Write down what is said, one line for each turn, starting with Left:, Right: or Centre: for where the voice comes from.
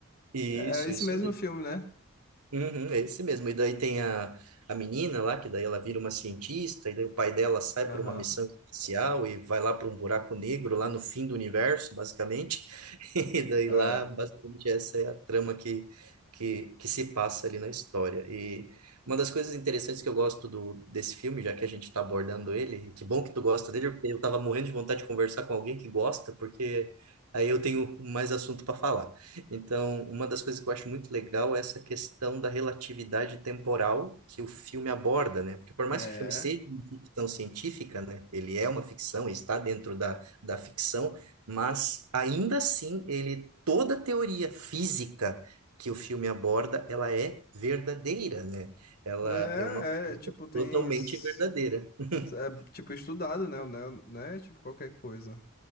Right: Isso,
Left: É é esse
Right: isso
Left: mesmo
Right: mesmo.
Left: filme, né?
Right: Uhum, é esse mesmo. E daí tem a, a menina lá, que daí ela vira uma cientista, e daí o pai dela sai
Left: Aham.
Right: para uma missão espacial e vai lá para um buraco negro, lá no fim do universo, basicamente. <laughs> E daí
Left: É.
Right: lá, basicamente, essa é a trama que, que, que se passa ali na história. E uma das coisas interessantes que eu gosto do, desse filme, já que a gente está abordando ele, e que bom que tu gosta dele, porque eu estava morrendo de vontade de conversar com alguém que gosta, porque aí eu tenho mais assunto para falar. Então, uma das coisas que eu acho muito legal é essa questão da relatividade temporal que o filme aborda, né? Porque por
Left: É.
Right: mais que o filme seja uma ficção científica, né? Ele é uma ficção, ele está dentro da, da ficção, mas ainda assim, ele toda a teoria física que o filme aborda, ela é verdadeira, né? Ela
Left: É,
Right: é uma
Left: é, tipo, tem.
Right: totalmente
Left: s-
Right: verdadeira. <laughs>
Left: É, tipo, estudado, né? Não é não é, tipo, qualquer coisa.